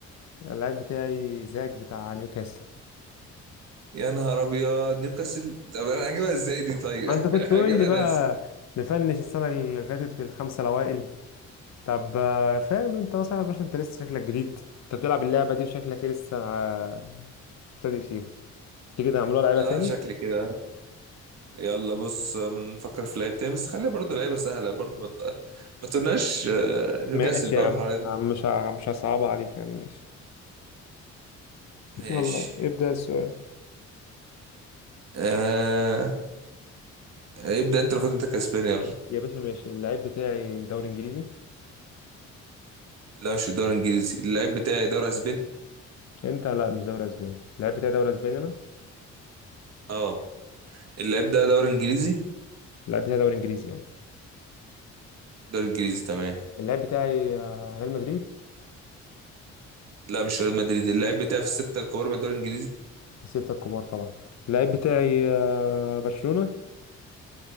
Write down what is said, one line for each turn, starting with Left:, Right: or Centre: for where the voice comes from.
Left: اللاعب بتاعي زاك بتاع نيوكاسل
Right: يا نهار ابيض نيوكاسل طب انا هجيبها ازاي دي طيب
Left: ما انت كنت
Right: <laughs>
Left: تقول
Right: هجيبها
Left: لي بقى
Right: انا ازاي
Left: مفنش السنه اللي فاتت في الخمسه الاوائل طب آه، فاهم انت مثلا يا باشا انت لسه شكلك جديد انت بتلعب اللعبه دي وشكلك إيه لسه آه، مبتدئ فيها تيجي نعملوها لعيبه
Right: اه
Left: تاني
Right: شكلي كده يلا بص بنفكر في لعيب تاني بس خلي برضه لعيبه سهله برضه ما ت- ما تقولناش آه، نيوكاسل
Left: ماشي
Right: بقى
Left: يا عم
Right: والحوارات دي
Left: عم مش ه- مش هصعبها عليك يا عم ماشي
Right: ماشي
Left: يلا ابدأ السؤال
Right: آه ابدا انت المفروض انت كسبان يلا
Left: يا باشا ماشي اللعيب بتاعي دوري انجليزي
Right: لا مش في الدوري الانجليزي اللعيب بتاعي دوري اسباني
Left: انت لا مش دوري اسباني اللعيب بتاعي دوري اسباني انا
Right: اه اللعيب ده دوري انجليزي
Left: اللعيب بتاعي دوري انجليزي اه
Right: دوري انجليزي تمام
Left: اللعيب بتاعي آه، ريال مدريد
Right: لا مش ريال مدريد اللعيب بتاعي في الستة الكبار من الدوري الانجليزي
Left: ستة الكبار طبعا اللعيب بتاعي آه، برشلونة